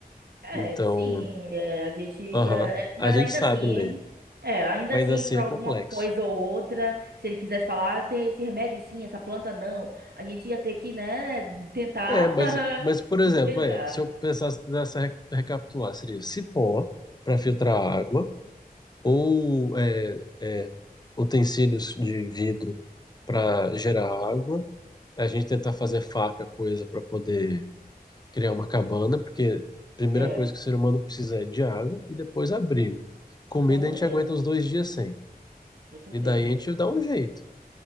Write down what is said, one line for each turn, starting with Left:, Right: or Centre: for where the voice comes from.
Right: É,
Left: Então,
Right: sim, é, a gente ia.
Left: aham,
Right: é, mas
Left: a gente
Right: ainda
Left: sabe
Right: assim, hein?
Left: ler,
Right: É, ainda
Left: mas
Right: assim,
Left: ainda assim
Right: por
Left: é
Right: alguma
Left: complexo.
Right: coisa ou outra, se ele quisesse falar, "Ah, tem esse remédio sim, essa planta não, a gente ia ter que, né, tentar
Left: É, mas,
Right: <laughs>
Left: mas por
Right: desvendar.
Left: exemplo, é, se eu pensasse nessa re- recapitular, seria cipó para filtrar água ou é, é, utensílios de vidro para gerar água, a gente tentar fazer faca, coisa para poder criar uma cabana, porque a primeira
Right: É,
Left: coisa que o ser humano precisa é de água e depois abrigo. Comida
Right: com certeza,
Left: a gente aguenta uns dois dias sem,
Right: com certeza.
Left: e daí a gente dá um jeito.